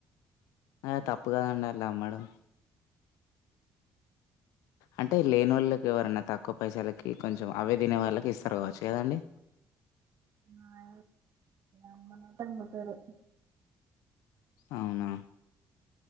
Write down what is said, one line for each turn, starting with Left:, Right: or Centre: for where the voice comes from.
Left: అ తప్పు కాద ఉండాల మేడం అంటే లేని వాళ్ళకి ఎవరన్నా తక్కువ పైసలకి కొంచెం అవే తినే వాళ్ళకి ఇస్తారు కావచ్చు కదాండి
Right: ఆ అమ్మనే తంగతరు
Left: అవునా